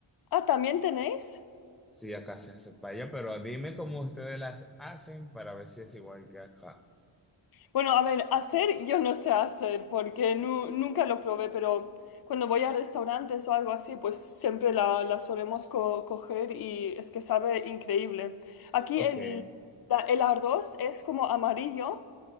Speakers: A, on the left (about 50°); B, in the centre.
A: Ah, ¿también tenéis?
B: Sí, acá se hace paella, pero dime cómo ustedes las hacen para ver si es igual que acá.
A: Bueno, a ver, hacer yo no sé hacer porque nu- nunca lo probé, pero cuando voy a restaurantes o algo así, pues siempre la, la solemos co- coger y es que sabe increíble. Aquí
B: Ok,
A: el, la- el arroz es como amarillo